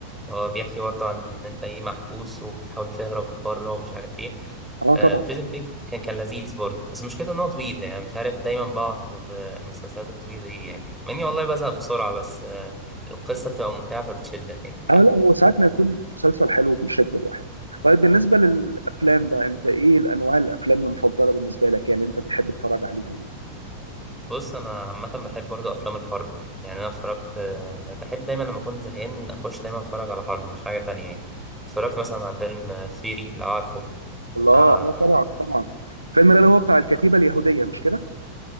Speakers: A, in the centre; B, on the right.
A: هو بيحكي برضه عن إن أنت إيه محبوس وبتحاول تهرب بره ومش عارف إيه
B: اه
A: بريزن
B: طبعا
A: بريك كان كان لذيذ برضه بس مشكلته إن هو طويل يعني مش عارف دايما بقع في في المسلسلات الطويلة دي يعني مع إني والله بزهق بسرعة بس آه القصة بتبقى ممتعة فبتشدك يعني
B: اه لا هو ساعات ما يكون مسلسل حلو بيشد الواحد طيب بالنسبه للافلام بقى انت ايه الانواع الافلام المفضله بالنسبه لك يعني انت بتحب تتفرج عليها
A: بص انا عامه بحب برضو افلام الحرب يعني انا اتفرجت آه، بحب دايما لما اكون زهقان اخش دايما اتفرج على حرب مش حاجه تانية يعني اتفرجت مثلا على فيلم ثيري لو عارفه بتاع
B: الله اه طبعا طبعا الفيلم ده اللي هو بتاع الكتيبه اليهوديه مش كده